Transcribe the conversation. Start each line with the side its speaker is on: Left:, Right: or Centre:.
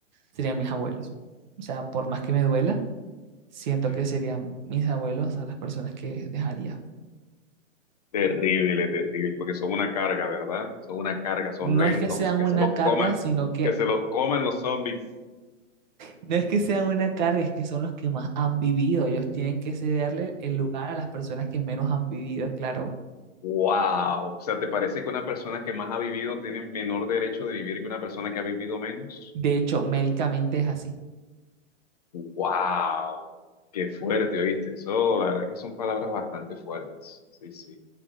Right: serían mis abuelos. O sea, por más que me duela, siento
Left: Mm,
Right: que serían mis abuelos a las personas que dejaría.
Left: Terrible, terrible, porque son una carga, ¿verdad? Son una carga, son
Right: No
Left: lentos,
Right: es que sean
Left: que
Right: una
Left: se los
Right: carga,
Left: coman,
Right: sino que
Left: que se los coman los zombies.
Right: no es que sean una carga, es que son los que más han vivido. Ellos tienen que cederle el lugar a las personas que menos han vivido, claro.
Left: Wow, o sea, ¿te parece que una persona que más ha vivido tiene menor derecho de vivir que una persona que ha vivido menos?
Right: De hecho, médicamente es así.
Left: Wow, qué fuerte, ¿oíste? Eso, la verdad es que son palabras bastante fuertes. Sí, sí.